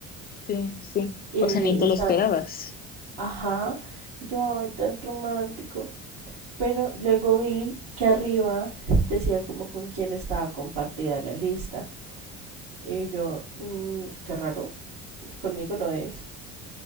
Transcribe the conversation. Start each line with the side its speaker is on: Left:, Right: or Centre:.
Left: Sí, sí.
Right: Eh,
Left: O sea, ni
Right: y
Left: te
Right: estaban,
Left: lo esperabas.
Right: ajá, y yo, ay, tan romántico. Pero luego vi que arriba decía como con quién estaba compartida la lista. Y yo, "Mm, qué raro, conmigo no es.